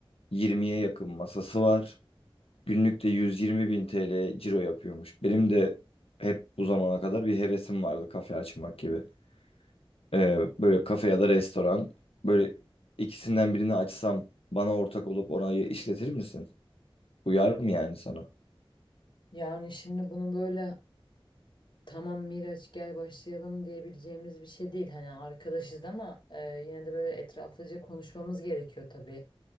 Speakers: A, on the left; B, on the left.
A: 20'ye yakın masası var. Günlük de 120 bin TL ciro yapıyormuş. Benim de hep bu zamana kadar bir hevesim vardı kafe açmak gibi. Ee, böyle kafe ya da restoran. Böyle ikisinden birini açsam bana ortak olup orayı işletir misin? Uyar mı yani sana?
B: yani şimdi bunu böyle tamam Miraç gel başlayalım diyebileceğimiz bir şey değil. Hani arkadaşız ama e, yine de böyle etraflıca konuşmamız gerekiyor tabii.